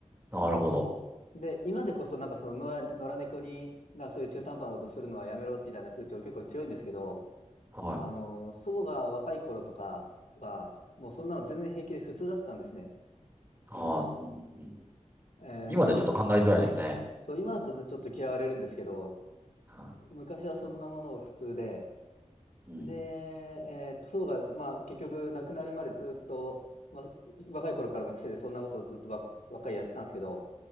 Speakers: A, on the right; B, on the left.
A: い。なるほど。
B: で、今でこそ、なんかその野良、野良猫に、なんかそういう中途半端なことするのはやめろ、みたいな風潮結構強いんですけど、
A: はい。
B: あの、祖母が若い頃とかは、もうそんなの全然平気で普通だったんですね。
A: ああ、うんうんうん。
B: えーなの、
A: 今ではちょっと考えづらいですね。
B: そう、今だとちょっと嫌われるんですけど、
A: は
B: 昔はそんなものを普通で、
A: いうん。
B: で、えーと、祖母が、まあ、結局亡くなるまでずっと、まあ、若い頃からの癖でそんなことをずっとば、ばっかりやってたんですけど、